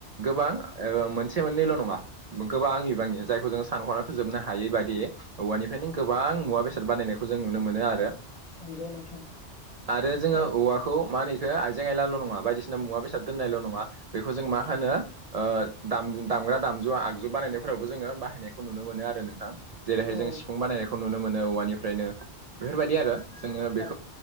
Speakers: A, on the right; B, on the left.
A: गोबां ओ मोनसे मोननैल' नङा गोबां आं बिबांनि जायखौ जोङो सानख'नानै फोजोबनो हायै बायदियै <unintelligible>
B: नंगौ नोंथां
A: आरो जोङो
B: था
A: औवाखौ मा <unintelligible> हो आइजें आइलाल' नङा बायदिसिना मुवा बेसाद दोननायल' नङा बेखौ जों मा होनो ओ दाम दाम दामग्रा दामजु आगजु बानायनायफोरावबो जोङो बाहायनायखौ नुनो मोनो आरो नोंथां जेरैहाय
B: औ
A: जोङो सिफुं बानायनायखौ नुनो मोनो औवानिफ्रायनो बेफोरबायदि आरो जोङो बे
B: ओ